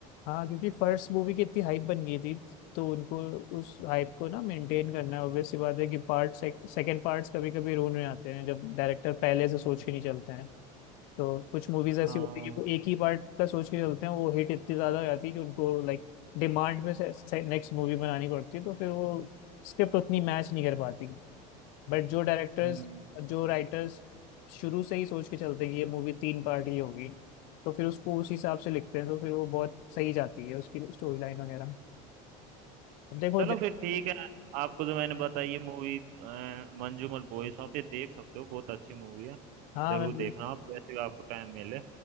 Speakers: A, on the left (about 55°); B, on the right (about 55°).
A: हाँ क्योंकि फर्स्ट मूवी की इतनी हाइप बन गई थी तो उनको उस हाइप को ना मेंटेन करना है ऑब्वियस सी बात है कि पार्ट सेकंड पार्ट्स कभी कभी रोन में आते हैं जब डायरेक्टर पहले से सोच के नहीं चलते हैं तो कुछ मूवीज ऐसी
B: हाँ
A: होती है कि वो एक ही पार्ट का सोच के चलते हैं वो हिट इतनी ज्यादा हो जाती है कि उनको लाइक डिमांड में से, नेक्स्ट मूवी बनानी पड़ती है तो फिर वो स्क्रिप्ट उतनी मैच नहीं कर पाती बट जो डायरेक्टर्स
B: हम्म
A: जो राइटर्स शुरू से ही सोच के चलते हैं कि ये मूवी तीन पार्ट ही होगी तो फिर उसको उस हिसाब से लिखते हैं तो फिर वो बहुत सही जाती है उसकी स्टोरी लाइन वगैरह अब देखो
B: चलो
A: ज-
B: फिर ठीक है आपको जो मैंने बताई ये मूवी मंजूमल बॉयज वहाँ पे देख सकते हो बहुत अच्छी मूवी है
A: हाँ
B: जरूर
A: मैं बिल-
B: देखना आप जैसे भी आपको टाइम मिले